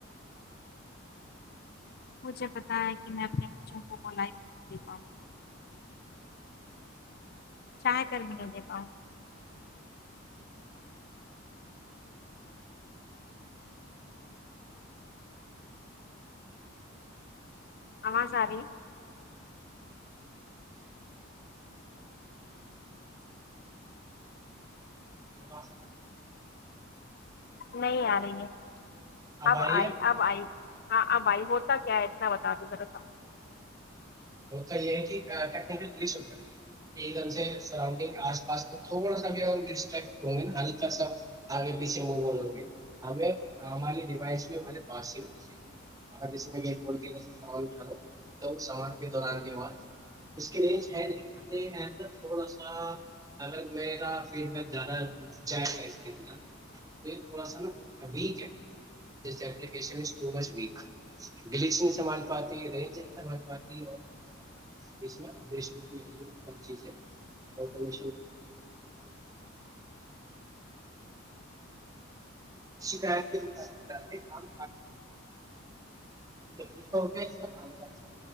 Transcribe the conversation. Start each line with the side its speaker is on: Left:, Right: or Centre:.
Left: مجھے پتا ہے کہ میں اپنے بچوں کو ل ب پا چاہ کر بھی نہیں دے پاؤں امازادی
Right: جی ب س
Left: نہیں آ رہی ہے اب
Right: آ رہی ہے
Left: آئی اب آئی ہاں آ بائی ہوتا کیا ہے اتنا بتا دوذرا ا
Right: ہوتا یہ ہے کہ یکل کس ہو جاتی ہے ایک دم سے سراڈگ آس پاس کا تھوڑا سا بھی ڈٹرٹ ہ گے نا ہلکا سا آگے پیچھے م ہوں گے ہم ہماری ڈوائس بھی ہمارے پاس ہی ہونی چاہیے اگر جیسے سام اٹھا لوں تو سامان دوران اس کی رینج ہے نہیں مطل تھوڑا سا اگر میرا فیڈ بیک زیادہ جائے گا اس کے اندر تو یہ تھوڑا سا نابیک ہے ن م و گچ سمان پات رج سم پ ڑا سا اس آریشن کی ویو کم چیز ہےنم شکایت کے مطابقےم بھی تو ہوگے کا کام کر